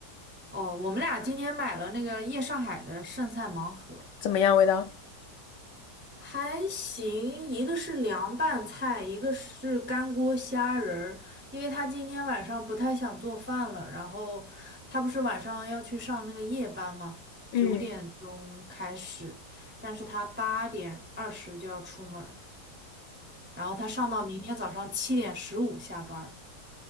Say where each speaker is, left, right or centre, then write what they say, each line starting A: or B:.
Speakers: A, on the right; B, on the left.
A: 哦，我们俩今天买了那个夜上海的剩菜盲盒。
B: 怎么样，味道？
A: 还行，一个是凉拌菜，一个是干锅虾仁儿。因为他今天晚上不太想做饭了，然后他不是晚上要去上那个夜班吗？
B: 嗯，
A: 九点钟开始，但是他八点二十就要出门儿，然后他上到明天早上七点十五下班儿。